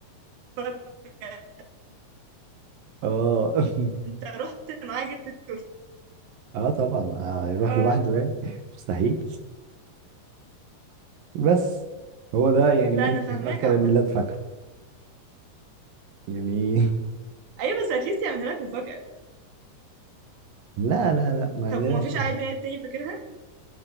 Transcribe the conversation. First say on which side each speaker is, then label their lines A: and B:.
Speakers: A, on the right (about 65°); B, on the right (about 85°).
A: مفاجأة
B: اه <laughs>
A: انت رحت معاه جبت التورته
B: اه طبعا آه، يروح
A: اه
B: لوحده يعني <laughs> مستحيل بس هو ده يعني
A: لا
B: ممكن
A: انا فاهماك
B: اكتر
A: عامه
B: عيد ميلاد فاكره يعني <laughs>
A: ايوه بس اتليست يعملها لك مفاجاه
B: لا لا لا ما عندناش
A: طب وما فيش عيد ميلاد تاني فاكرها